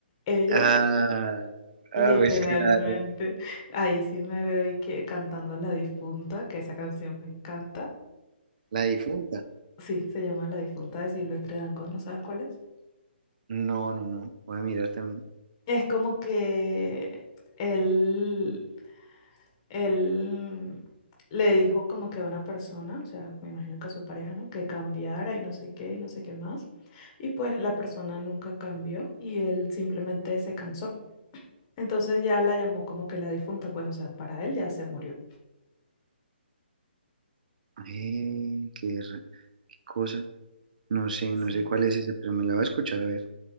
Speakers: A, on the left; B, on the right.
A: Ellos
B: Ah, ah,
A: Literalmente.
B: pues claro,
A: Ahí sí me veo y que cantando La Difunta, que esa canción me encanta.
B: la difunta.
A: Sí, se llama La Difunta de Silvestre Dangond, ¿no sabes cuál es?
B: No, no, no. Voy a mirar también.
A: Es como que él, él le dijo como que a una persona, o sea, me imagino que a su pareja, ¿no? Que cambiara y no sé qué y no sé qué más. Y pues la persona nunca cambió y él simplemente se cansó. Entonces ya la llamó como que la difunta, pues, o sea, para él ya se murió.
B: Eh, qué, ra- qué cosa. No sé, no
A: sí
B: sé cuál es esa pero me la voy a escuchar a ver.